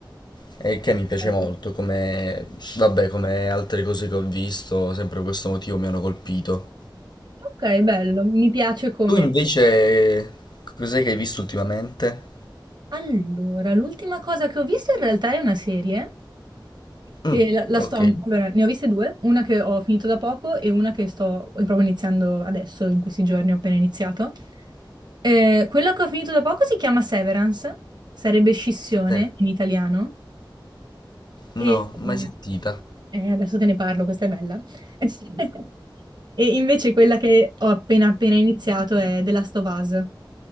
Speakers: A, on the left; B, on the right.
A: E il che
B: Ok,
A: mi piace molto, come, vabbè, come altre cose che ho visto, sempre per questo motivo mi hanno colpito.
B: Ok, bello, mi piace come...
A: Tu invece cos'è che hai visto ultimamente?
B: Allora, l'ultima cosa che ho visto in realtà è una serie.
A: Mm,
B: E la, la
A: ok.
B: sto, an- allora, ne ho viste due, una che ho finito da poco e una che sto proprio iniziando adesso, in questi giorni ho appena iniziato. Eh, quella che ho finito da poco si chiama Severance, sarebbe scissione
A: Eh,
B: in italiano,
A: no,
B: e
A: mai
B: eh,
A: sentita.
B: eh, adesso te ne parlo, questa è bella. <laughs> E invece quella che ho appena appena iniziato è The Last of Us,